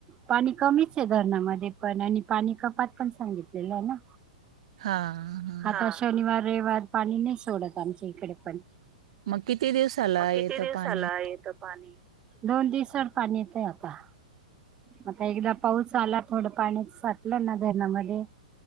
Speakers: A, on the right (about 20°); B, on the right (about 55°).
A: पाणी कमीच आहे धरणामध्ये पण आणी पाणी कपात पण सांगितलेलं आहे ना
B: हा हा
A: आता शनिवार रविवार पाणी नाही सोडत आमच्या इकडे पण
B: मग किती दिवसाला
A: मग
B: येतं
A: किती दिवसाला
B: पाणी
A: येत दोन दिवसात पाणी येतय आता आता एकदा पाऊस आला थोडं पाणी साटलं ना धरणामध्ये